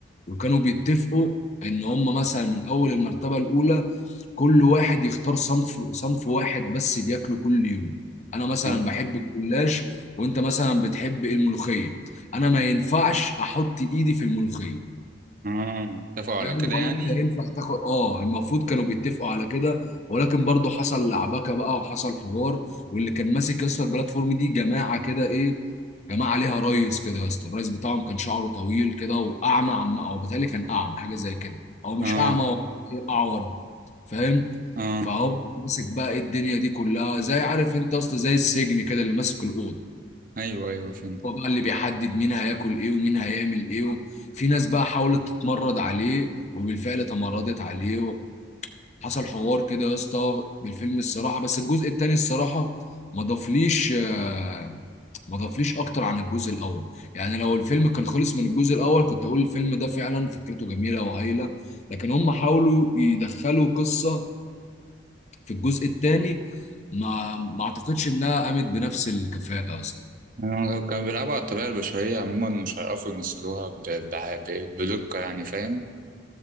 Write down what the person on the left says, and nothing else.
وكانوا بيتفقوا إن هم مثلا من أول المرتبة الأولى كل واحد يختار صنف صنف واحد بس بياكله كل يوم انا مثلا
بحب الجلاش وانت مثلا بتحب الملوخيه انا ما ينفعش احط ايدي في الملوخيه
فاهم؟
ولا
انت ينفع تاخد اه المفروض كانوا بيتفقوا على كده ولكن برضه حصل لعبكه بقى وحصل حوار واللي كان ماسك يا اسطى البلاتفورم دي جماعه كده ايه جماعه عليها ريس كده يا اسطى الريس بتاعهم كان شعره طويل كده واعمى عم او بيتهيألي كان اعمى حاجه زي كده او مش
اعمى هو إيه، اعور فاهم
فهو ماسك بقى إيه الدنيا دي كلها زي عارف انت اصلا زي السجن كده اللي ماسك الاوضه
هو بقى اللي بيحدد مين هياكل ايه ومين هيعمل ايه في ناس بقى حاولت تتمرد عليه وبالفعل تمردت عليه حصل حوار كده يا اسطى بالفيلم الصراحه بس الجزء التاني الصراحه ما ضافليش آه، ما ضافليش اكتر عن الجزء الاول يعني لو الفيلم كان خلص من الجزء الاول كنت اقول الفيلم ده فعلا فكرته جميله وهايله لكن هم حاولوا يدخلوا قصه في الجزء الثاني ما ما اعتقدش انها قامت بنفس الكفاءه اصلا